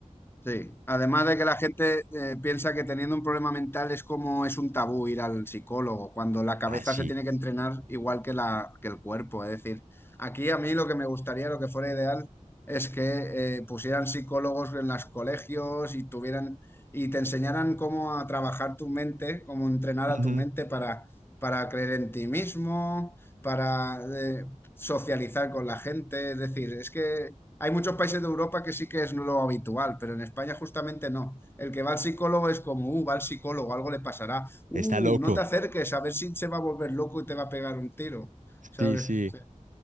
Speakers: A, on the left (about 15°); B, on the right (about 80°).
A: Sí, además de que la gente eh, piensa que teniendo un problema mental es como es un tabú ir al psicólogo, cuando la cabeza
B: Ah, sí.
A: se tiene que entrenar igual que la, que el cuerpo. Es decir, aquí a mí lo que me gustaría, lo que fuera ideal, es que eh, pusieran psicólogos en los colegios y tuvieran y te enseñaran cómo a trabajar tu mente, cómo entrenar
B: Ujú.
A: a tu mente para, para creer en ti mismo, para eh, socializar con la gente. Es decir, es que hay muchos países de Europa que sí que es lo habitual, pero en España justamente no. El que va al psicólogo es como, uh, va al psicólogo, algo le pasará. Uh,
B: Está loco.
A: no te acerques, a ver si se va a volver loco y te va a pegar un tiro, ¿sabes?
B: Sí, sí.
A: Sí.